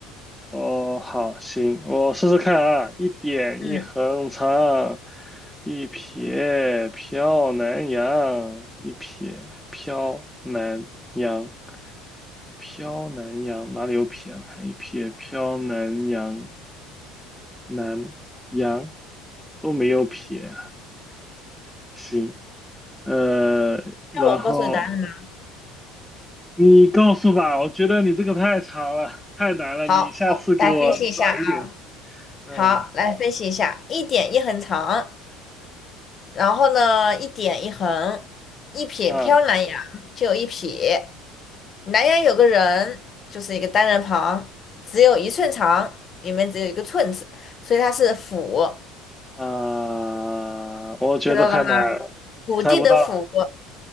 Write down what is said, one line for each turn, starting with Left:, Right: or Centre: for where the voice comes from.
Centre: 哦，好，行，我试试看啊，一点一横长，
Left: 嗯，
Centre: 一撇飘南洋，一撇飘南洋，飘南洋哪里有撇啊？我看一撇飘南洋，南洋都没有撇啊，行。呃，然后
Left: 那我告诉你答案吧
Centre: 你告诉吧，我觉得你这个太长了，太难了，
Left: 好，
Centre: 你下次给我短一点的。
Left: 来分析一下啊。
Centre: 嗯，
Left: 好，来分析一下，一点一横长。然后呢，一点一横，一撇飘南阳，
Centre: 啊
Left: 就有一撇。南阳有个人，就是一个单人旁，只有一寸长，里面只有一个寸字，所以它是府，
Centre: 啊我觉得太难了，
Left: 看到了吗？府地的府，
Centre: 猜不到，